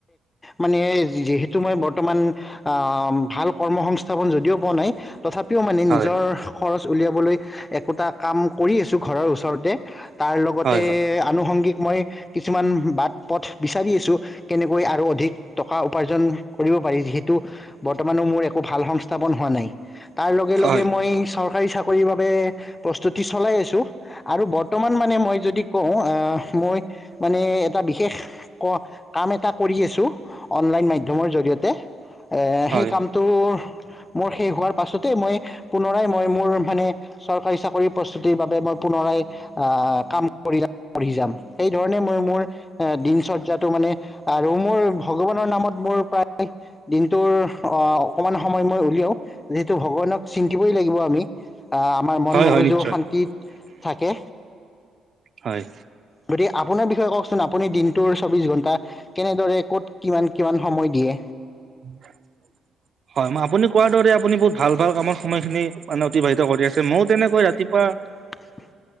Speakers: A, on the left; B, on the right.
A: মানে যিহেতু মই বৰ্তমান। আহ ভাল কৰ্ম সংস্থাপন যদিও পোৱা নাই তথাপিও মানে
B: হয়।
A: নিজৰ। খৰচ উলিয়াবলৈ একোটা কাম কৰি আছো ঘৰৰ ওচৰতে তাৰ লগতে।
B: হয় হয়
A: আনুসংগিক মই কিছুমান বাট পথ বিচাৰি আছো। কেনেকৈ আৰু অধিক টকা উপাৰ্জন কৰিব পাৰি যিহে টো বৰ্তমানো মোৰ একো ভাল সংস্থাপন হোৱা নাই, তাৰ লগে
B: হয়
A: লগে মই চৰ কাৰী চাকৰিৰ বাবে প্ৰস্তুতি চলাই আছো আৰু বৰ্তমান মানে মই যদি কও আহ মই মানে এটা বিশেষ কাম এটা কৰি আছো অনলাইন মাধ্যমৰ জৰিয়তে এ
B: হয়
A: সেই কাম টো মোৰ শেষ হোৱাৰ পাছতেই মই পুনৰাই মই মোৰ মানে চৰকাৰী চাকৰি প্ৰস্তুতিৰ বাবে মই পুনৰাই আহ কাম কৰি যাম। সেই ধৰণে মই মোৰ দিনচৰ্যাটো মানে আৰু মোৰ ভগৱানৰ নামত মোৰ প্ৰায় দিনটোৰ অ অকনমান সময় মই উলিয়াও যিহেতু ভগৱানক চিন্তিবই লাগিব আমি আ আমাৰ মন
B: হয়
A: মগজুও
B: হয় নিশ্চয়
A: শান্তিত থাকে।
B: হয়।
A: গতিকে আপোনাৰ বিষয়ে কওকচোন আপুনি দিনটোৰ চৌবিশ ঘন্টা কেনেদৰে ক'ত কিমান -কিমান সময় দিয়ে?
B: উ <inaudible> হয়, মই আপুনি কোৱাৰ দৰে আপুনি বহুত ভাল- ভাল কামৰ সময়খিনি মানে অতিবাহিত কৰি আছে মইও তেনেকৈ ৰাতিপুৱা
A: <inaudible>